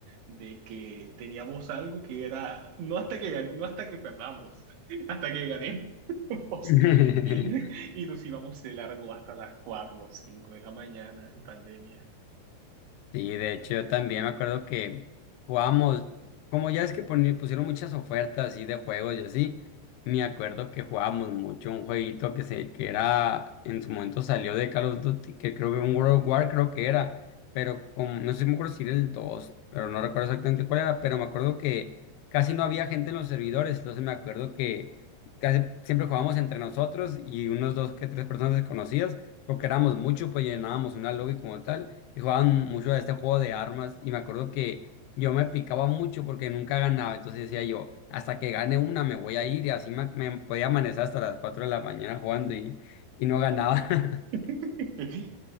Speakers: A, on the right; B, on the left.
A: de que teníamos algo que era, no hasta que, gan- no hasta que perdamos, <laughs> hasta que ganemos. <laughs>
B: <laughs>
A: Y, y nos íbamos de largo hasta las 4, o 5 de la mañana en pandemia.
B: Sí, de hecho yo también me acuerdo que jugábamos, como ya es que poni- pusieron muchas ofertas así de juegos y así, me acuerdo que jugábamos mucho un jueguito que se, que era, en su momento salió de Call of Duty, que creo que un World of War creo que era, pero como, no sé si me acuerdo si era el 2, pero no recuerdo exactamente cuál era, pero me acuerdo que casi no había gente en los servidores, entonces me acuerdo que casi siempre jugábamos entre nosotros y unos dos que tres personas desconocidas, porque éramos muchos pues llenábamos una lobby como tal y jugaban mucho a este juego de armas y me acuerdo que yo me picaba mucho porque nunca ganaba, entonces decía yo, hasta que gane una me voy a ir y así me, me podía amanecer hasta las cuatro de la mañana jugando y, y no ganaba. <laughs>
A: <laughs>